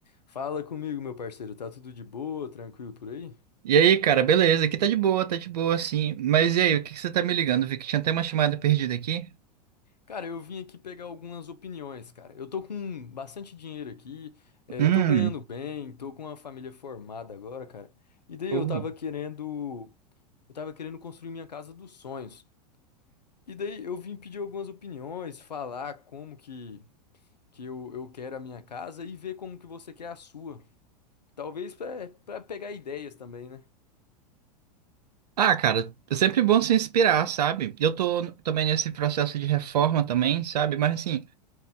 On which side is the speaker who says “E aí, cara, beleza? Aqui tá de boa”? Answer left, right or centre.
Right